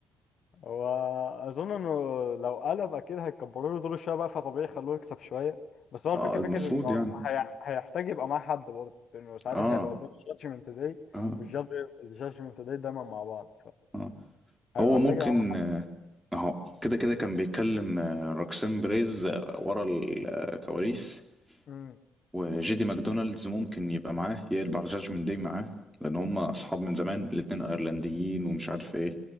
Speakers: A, on the left (about 60°); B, in the centre.
A: هو اظن انه لو قلب اكيد هيكبروا له دور شويه بقى فطبيعي يخلوه يكسب شويه بس هو
B: اه
A: الفكره
B: المفروض
A: فكره انه
B: يعني
A: هي... هيحتاج يبقى معاه حد برضه لانه ساعتها
B: اه
A: هيبقى قدام الجادجمنت داي
B: اه
A: والجادج الجادجمنت داي دايما مع بعض
B: اه
A: فهيبقى
B: هو
A: محتاج
B: ممكن
A: يبقى معاه حد
B: آه، اهو كده كده كان بيتكلم آه، روكسين بريز آه، ورا الكواليس
A: امم
B: وجيدي ماكدونالدز ممكن يبقى معاه يا البعجاج من داي معاه لان هما اصحاب من زمان الاتنين ايرلنديين ومش عارف ايه